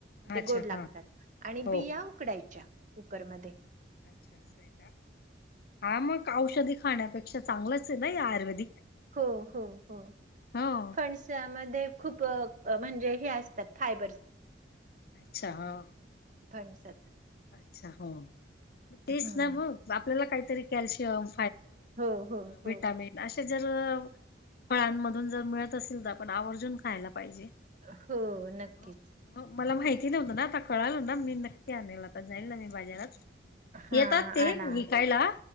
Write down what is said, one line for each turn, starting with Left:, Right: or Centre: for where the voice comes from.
Right: ते
Left: अच्छा
Right: गोड लागतात
Left: हा
Right: आणि
Left: हो.
Right: बिया. उकडायच्या कुकरमध्ये
Left: अच्छा स का हा मग औषधी खाण्यापेक्षा चांगलंच आहे ना आयुर्वेदिक.
Right: हो हो हो.
Left: हो.
Right: फंड्स मध्ये खूप म्हणजे हे असतात फायबरस
Left: अच्छा हा
Right: फणसत
Left: अच्छा हो तेच
Right: हम्म.
Left: ना मग आपल्याला काहीतरी कॅल्शियम
Right: हो हो हो.
Left: विटामिन जरवर फळांमधून जर मिळत असेल तर आपण आवर्जून खायला पाहिजे.
Right: हो नक्कीच
Left: हो हो मला माहिती नव्हतं ना आता कळाल ना मी नक्की आणल आता जाईल ना मी बाजारात
Right: हा
Left: येतात ते
Right: आणा
Left: विकायला